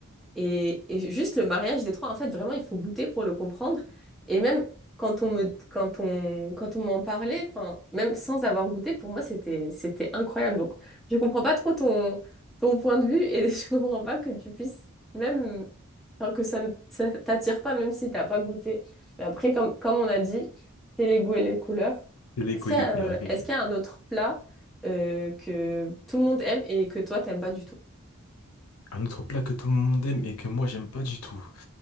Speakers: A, in the centre; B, on the left (about 80°).
A: Et, et juste le mariage des trois, en fait, vraiment, il faut goûter pour le comprendre. Et même quand on me, quand on, quand on m'en parlait, enfin, même sans avoir goûté, pour moi, c'était, c'était incroyable. Donc, je comprends pas trop ton, ton point de vue et <laughs> je comprends pas que tu puisses même, enfin, que ça ne ça t'attire pas, même si t'as pas goûté. Mais après, comme, comme on a dit, c'est les goûts et les couleurs.
B: C'est les
A: Est-ce
B: goûts
A: qu'il
B: et les
A: y a,
B: couleurs,
A: euh,
B: effectivement.
A: est-ce qu'il y a un autre plat, euh, que tout le monde aime et que toi, t'aimes pas du tout?
B: Un autre plat que tout le monde aime et que moi, j'aime pas du tout.